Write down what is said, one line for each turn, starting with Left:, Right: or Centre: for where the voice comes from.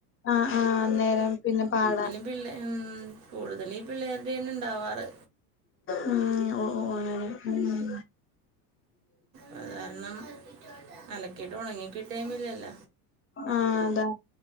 Left: ആ ആ അന്നേരം പിന്നെ പാടാ
Right: <unintelligible> ഉം കൂടുതല് ഈ പിള്ളേർടെ <unintelligible> ഇണ്ടാവാറ്
Left: ഉം ഓ ഓ <unintelligible> ഉം
Right: അത് കാരണം അലക്കിട്ട് ഉണങ്ങിക്കിട്ടേയും ഇല്ലല്ല
Left: ആ അതാ